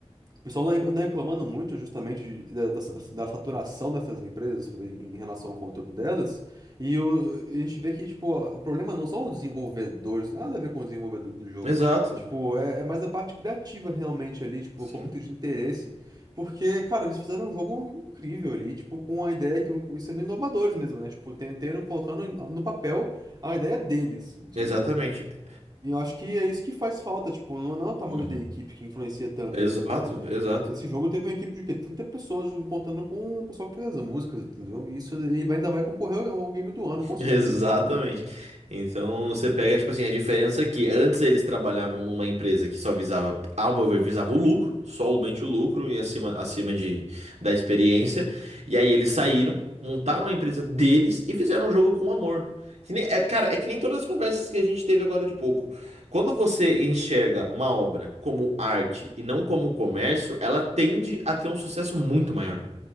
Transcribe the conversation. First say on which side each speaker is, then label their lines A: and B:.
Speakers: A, on the right; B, on the right.
A: O pessoal não re- não reclamando muito justamente de- da, da, da saturação dessas empresas em relação ao conteúdo delas. E o- a gente vê que, tipo, o problema não são os desenvolvedores, nada a ver com o desenvolvedor do jogo.
B: Exato.
A: Tipo, é, é mais a parte criativa realmente ali, tipo,
B: Sim.
A: o conflito de interesse. Porque, cara, eles fizeram um jogo incrível ali, tipo, com a ideia, sendo inovadores mesmo, né? Tipo, ten- tendo, colocando em- no papel a ideia deles, entendeu?
B: Exatamente.
A: E eu acho que é isso que faz falta, tipo, não não é o tamanho
B: Uhum.
A: da equipe que influencia tanto
B: Exato,
A: ali, tipo,
B: exato.
A: esse jogo teve uma equipe de quê? 30 pessoas contando com o pessoal que fez as músicas, entendeu? E isso e vai- ainda vai concorrer ao ao game do ano,
B: <laughs>
A: com certeza,
B: Exatamente.
A: sabe?
B: Então você pega, tipo assim, a diferença é que antes eles trabalhavam numa empresa que só visava, ao meu ver, visava o lucro, somente o lucro e acima, acima de, da experiência. E aí eles saíram, montaram a empresa deles e fizeram um jogo com amor. Que nem- é, cara, é que nem todas as conversas que a gente teve agora de pouco. Quando você enxerga uma obra como arte e não como comércio, ela tende a ter um sucesso muito maior.